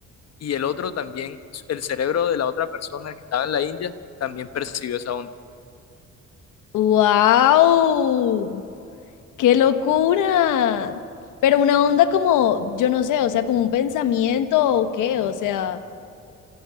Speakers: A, on the left (about 55°); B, on the left (about 85°).
A: Y el otro también, el cerebro de la otra persona que estaba en la India, también percibió esa onda.
B: ¡Wow! ¡Qué locura! Pero una onda como, yo no sé, o sea, como un pensamiento o qué, o sea,